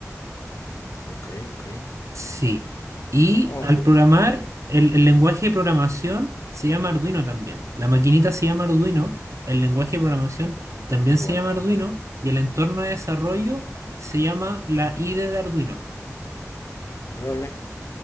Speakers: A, on the left; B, on the right.
A: Ok, ok.
B: Sí. Y
A: No,
B: al
A: sí.
B: programar, el, el lenguaje de programación se llama Arduino también. La maquinita se llama Arduino, el lenguaje de programación también
A: Igual.
B: se llama Arduino y el entorno de desarrollo se llama la IDE de Arduino.
A: Órale.